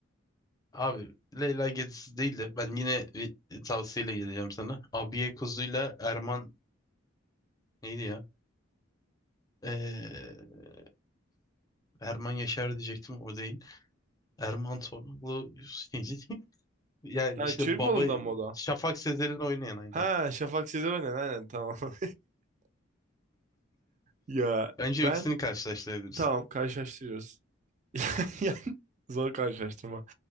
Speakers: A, on the left; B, on the right.
A: Abi Leyla Gezisi değil de ben yine bir tavsiyeyle geleceğim sana. Abiye Kuzu'yla Erman neydi ya? Eee, Erman Yaşar diyecektim o değil. Erman Torunlu <laughs> yani
B: Yani
A: işte
B: Türk
A: baba
B: malından mı o da?
A: Şafak Sezer'in oynayan aynen.
B: Ha Şafak Sezer oynayan aynen tamam. <laughs> Ya
A: Bence
B: ben
A: ikisini karşılaştırabiliriz.
B: tamam karşılaştırıyoruz. <laughs> Yani zor karşılaştırma.